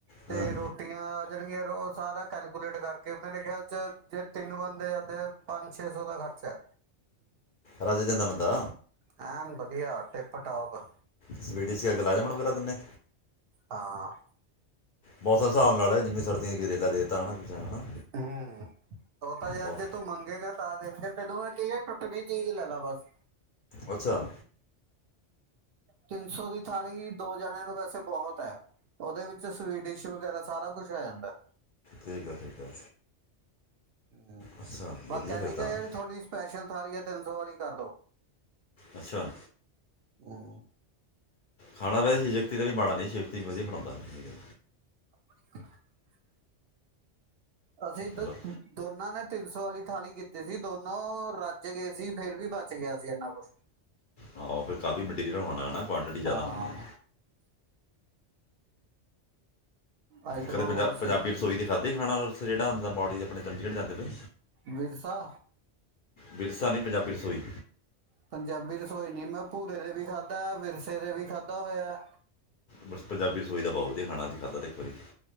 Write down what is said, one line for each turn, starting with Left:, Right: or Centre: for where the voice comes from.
Right: ਤੇ
Left: ਹਾਂ
Right: ਰੋਟੀਆਂ ਜਿਹੜੀਆਂ ਸਾਰਾ ਕੈਲਕੂਲੇਟ ਕਰਕੇ ਮੇਰੇ ਖਿਆਲ ਚ ਜੇ ਤਿੰਨ ਬ ਦੇ ਜਾਂਦੇ ਪੰਜ- ਛੇ ਸੌ ਦਾ ਖਰਚਾ ਐ।
Left: ਰੱਜ ਜਾਂਦਾ ਬੰਦਾ।
Right: ਐਨ ਵਧੀਆ, ਟਿਪ- ਟੋਪ।
Left: ਸਵੀਡੀ ਚ ਗ ਲਾ ਦੇਣ ਵਗਰਾ ਦਿੰਨੇ।
Right: ਹਾਂ।
Left: ਮੌਸਮ ਹਿਸਾਬ ਨਾਲ ਜਿਵੇਂ ਸਰਦੀਆਂ ਦਾ ਗਰੇਲਾ ਦੇਤਾ ਹਨਾ ਕੁਛਂ ਹਨਾ।
Right: ਹਮ। ਉਹ ਤਾਂ ਯਾਰ
Left: ਔਰ
Right: ਜੇ ਤੂੰ ਮੰਗੇਗਾ ਤਾਂ ਦੇਨ ਕੇ ਤੈਨੂੰ, ਮੈਂ ਕਿਆ ਟੁੱਟਵੀ ਚੀਜ਼ ਲੈ ਲਾ ਬਸ।
Left: ਅੱਛਾ।
Right: ਤਿੰਨ ਸੌ ਦੀ ਥਾਲੀ ਦੋ ਜਣਿਆਂ ਨੂੰ ਵੈਸੇ ਬਹੁਤ ਐ। ਉਹਦੇ ਵਿੱਚ ਸਵੀਡਿਸ਼ ਵਗੈਰਾ ਸਾਰਾ ਕੁਛ ਆ ਜਾਂਦਾ।
Left: ਠੀਕ ਆ ਠੀਕ ਹੈ।
Right: ਹੂ
Left: ਅੱਛਾ
Right: ਬਸ
Left: ਵਧੀਆ
Right: ਕਹਿ
Left: ਫਿਰ
Right: ਦੀ
Left: ਤਾਂ
Right: ਕਹੀ
Left: ਹਨਾ।
Right: ਤੁਹਾਡੀ ਸਪੈਸ਼ਲ ਥਾਲੀ ਹੈ। ਤਿੰਨ ਸੌ ਵਾਲੀ ਕਰ ਦਿਉ।
Left: ਅੱਛਾ।
Right: ਉਹੋ
Left: ਖਾਣਾ ਵੈਸੇ ਸ਼ਿਵ ਸ਼ਕਤੀ ਦਾ ਵੀ ਮਾੜਾ ਨਹੀਂ। ਸ਼ਕਤੀ ਵਧੀਆ ਬਣਾਉਂਦਾ। ਠੀਕ ਹੈ।
Right: <unintelligible> ਅਸੀਂ
Left: ਚਲੋ
Right: ਦ ਦੋਨਾਂ ਨੇ ਤਿੰਨ ਸੌ ਵਾਲੀ ਥਾਲੀ ਕੀਤੀ ਸੀ। ਦੋਨੋ ਰੱਜ ਗਏ ਸੀ। ਫੇਰ ਵੀ ਬਚ ਗਿਆ ਸੀ ਇੰਨਾ ਕੁਛ
Left: ਆਹ ਫਿਰ ਕਾਫੀ ਮਟੀਰੀਅਲ ਹੋਣਾ ਹੈ ਨਾ। ਕੁਆਂਟਿਟੀ ਜ਼ਿਆਦਾ
Right: ਹਾਂ
Left: ਹੋਣੀ ਹੈ।
Right: ਆਈਟਮਾਂ
Left: ਕਦੇ ਪੰਜ
Right: ਬਹੁਤ ਸੀ
Left: ਪੰਜਾਬੀ ਰਸੋਈ ਦੇ ਖਾਦੀ ਖਾਣਾ। ਰਸਤੇ ਚ ਜਿਹੜਾ ਹੁੰਦਾ ਬੋਡੀ ਆਪਣੇ ਚੰਡੀਗੜ੍ਹ ਜਾਂਦੇ ਪਏ।
Right: ਵਿਰਸਾ।
Left: ਵਿਰਸਾ ਨਹੀਂ ਪੰਜਾਬੀ ਰਸੋਈ
Right: ਪੰਜਾਬੀ ਰਸੋਈ ਨੀ। ਮੈਂ ਭੂਰੇ ਦੇ ਵੀ ਖਾਧਾ, ਵਿਰਸੇ ਦੇ ਵੀ ਖਾਧਾ ਹੋਇਆ।
Left: ਬਸ ਪੰਜਾਬੀ ਰਸੋਈ ਦਾ ਬਹੁਤ ਵਧੀਆ ਖਾਣਾ। ਅਸੀਂ ਖਾਧਾ ਤਾਂ ਇੱਕ ਵਾਰੀ